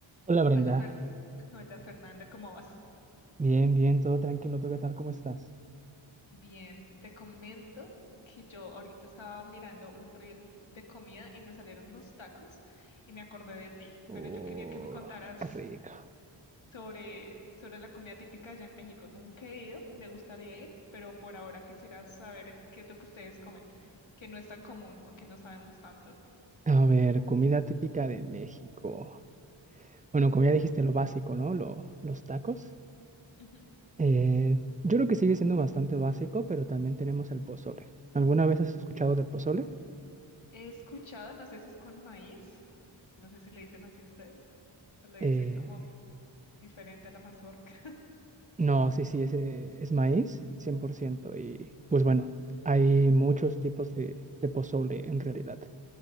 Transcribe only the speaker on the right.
Hola Brenda,
bien, bien, todo tranquilo, ¿tú qué tal? ¿Cómo estás?
Oh,
qué rico.
A ver, comida típica de México. Bueno, como ya dijiste, lo básico, ¿no? Lo- los tacos.
Eh, yo creo que sigue siendo bastante básico, pero también tenemos el pozole. ¿Alguna vez has escuchado del pozole?
Eh,
no, sí, sí, ese es maíz, 100%. Y pues bueno, hay muchos tipos de, de pozole en realidad.